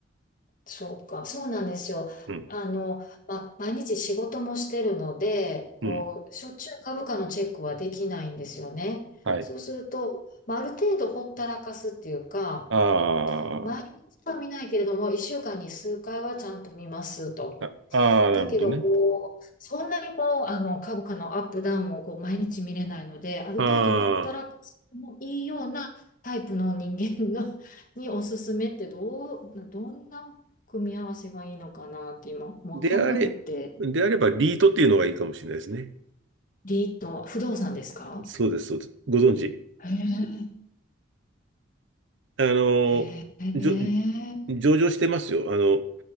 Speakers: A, on the left; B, on the right.
A: そうか、そうなんですよ。
B: うん。
A: あの、ま、毎日仕事もしてるので、こう、
B: うん。
A: しょっちゅう株価のチェックはできないんですよね。
B: はい。
A: そうすると、まあ、ある程度ほったらかすっていうか、
B: あー
A: 毎日は見ないけれども、1週間に数回はちゃんと見ますと。
B: あ、ああ、なるほどね。
A: だけど、こう、そんなにこう、あの、株価のアップダウンをこう毎日見れないので、ある程度ほったらかしてもいいようなタイプの人間の
B: ああ、
A: <laughs> におすすめってどう、どんな組み合わせがいいのかなって今、わかんなくって。
B: であれ、であればリートっていうのがいいかもしれないですね。
A: リート、不動産ですか
B: そうです、そうです。ご存知
A: へ
B: あの、
A: え、へえ、
B: じょ、上場してますよ。あの、